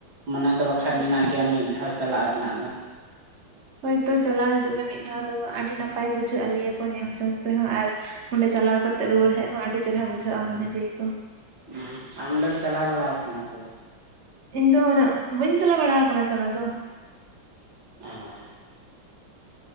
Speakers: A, on the right; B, on the right.
A: ᱢᱚᱱᱮ ᱫᱚ ᱵᱟᱝ ᱵᱟᱠᱷᱟᱡ
B: ᱟᱪᱪᱷᱟ
A: ᱢᱮᱱᱟᱜ ᱜᱮᱭᱟ ᱢᱤᱫ ᱫᱷᱟᱣ ᱪᱟᱞᱟᱜ ᱨᱮᱱᱟᱜ ᱫᱚ
B: ᱦᱳᱭ ᱛᱚ ᱪᱟᱞᱟᱣ ᱦᱤᱡᱩᱜ ᱢᱮ ᱢᱤᱫ ᱫᱷᱟᱣ ᱫᱚ ᱟᱹᱰᱤ ᱱᱟᱯᱟᱭ ᱵᱩᱡᱷᱟᱹᱜᱼᱟ ᱞᱟᱹᱭ ᱟᱠᱚ ᱧᱮᱞ ᱡᱚᱝ ᱛᱮᱦᱚᱸ ᱟᱨ ᱚᱸᱰᱮ ᱪᱟᱞᱟᱣ ᱠᱟᱛᱮᱜ ᱨᱩᱣᱟᱹᱲ ᱦᱮᱡ ᱦᱚᱸ ᱟᱹᱰᱤ ᱪᱮᱦᱮᱨᱟ ᱵᱩᱡᱷᱟᱹᱜᱼᱟ ᱢᱚᱱᱮ ᱡᱤᱣᱤ ᱠᱚ᱾
A: ᱦᱩᱸ ᱟᱢ ᱫᱚᱢ ᱪᱟᱞᱟᱣ ᱵᱟᱲᱟ ᱠᱟᱱᱟ ᱥᱮ ᱵᱟᱝ
B: ᱤᱧ ᱫᱚ ᱢᱟᱱᱮ ᱵᱟᱹᱧ ᱪᱟᱞᱟᱣ ᱵᱟᱲᱟ ᱠᱟᱱᱟ ᱪᱟᱞᱟᱣ ᱫᱚ
A: <unintelligible>